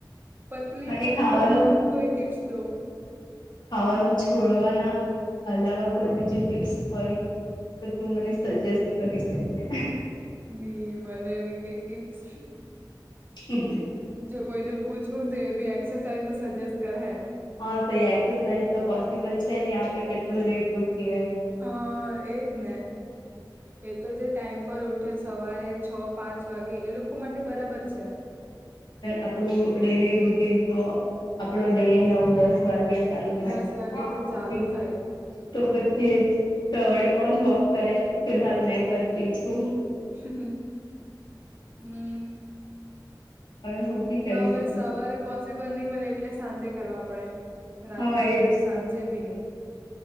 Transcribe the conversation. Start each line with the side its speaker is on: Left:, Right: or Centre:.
Right: પતલી
Left: ખાલી
Right: તુમ
Left: ખાવાનું
Right: હો તો તુમ કોઈ ટિપ્સ દો.
Left: ખાવાનું છોડવાના અલાવા. કોઈ બીજી ટીપ્સ હોય તો તું મને સજેસ્ટ કરી શકે.
Right: ની મલે એવી કઈ ટીપ્સ.
Left: હ હ
Right: જો કોઈને પૂછવું તો એ બી એક્સરસાઇઝ નો સજેસ્ટ કરે.
Left: હા તો એ એક્સરસાઇઝ તો પોસિબલ છે નહી આપડે કેટલું લેટ ઉઠીએ.
Right: હા એજ ને. એ તો જે ટાઈમ પર ઉઠે સવારે છ પાંચ વાગે એ લોકો માટે બરાબર છે.
Left: આપણું ડેલી રૂટીન તો આપડો ડે નવ દસ વાગે. ચાલુ થાય
Right: દસ વાગ્યા
Left: તો
Right: થી
Left: પછી
Right: ચાલુ થાય.
Left: તો પછી તોડે કોન વોક કરે ફિલહાલ મેં કરતી છું.
Right: હ હ હમ.
Left: અવે હું બી. કરી
Right: તો હવે
Left: શકું
Right: સવારે પોસિબલ નહી મળે એટલે સાંજે કરવા પડે. રાતના
Left: હા એજ
Right: સાંજે બી નઈ.